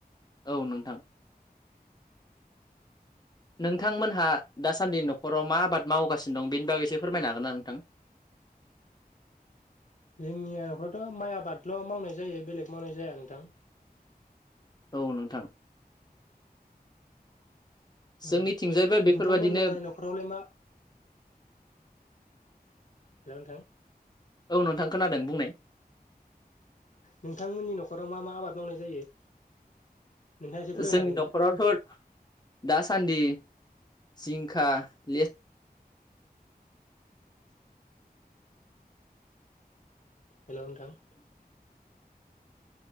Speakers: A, on the left (about 25°); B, on the left (about 50°).
A: औ नोंथां नोंथांमोनहा दासान्दि न'खराव मा आबाद मावगासिनो दं बेनि बागैसो फोरमायनो हागोन ना नोंथां?
B: जोंनियाथ' माइ आबादल' मावनाय जायो बेलेग मावनाय जाया नोंथां।
A: औ नोंथां जोंनिथिंजायबो
B: औ
A: बेफोरबादिनो
B: नोंथांमोना न'खरावलाय मा हेलौ नोंथां
A: औ नोंथां खोनादों बुंनाय
B: नोंथांमोननि न'खराव मा मा आबाद मावनाय जायो नोंथाङा एसे फोरमायनो
A: जोंनि
B: हागोन
A: न'खरावथ'
B: ना
A: दासान्दि जिंखा लेस
B: हेलौ नोंथां